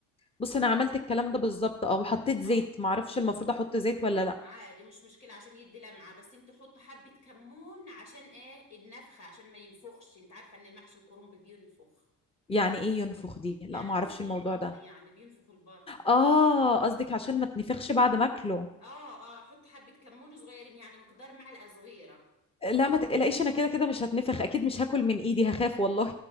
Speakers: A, on the left; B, on the left.
A: بص انا عملت الكلام ده بالظبط اه وحطيت زيت
B: اه
A: معرفش المفروض احط زيت ولا لا
B: عادي مش مشكله عشان يدي لمعه بس انت حط حبه كمون عشان ايه النفخه عشان ما ينفخش انت عارفه ان المحشي الكرنب بينفخ
A: يعني ايه ينفخ دي لا
B: يعني
A: معرفش
B: بينفخ البطن
A: الموضوع ده
B: يعني بينفخ البطن
A: اه قصدك عشان ما تنفخش بعد ما اكله
B: اه اه حط حبه كمون صغيرين يعني مقدار معلقه صغيره
A: لا ما تقلقيش انا كده كده مش هتنفخ اكيد مش هاكل من ايدي هخاف والله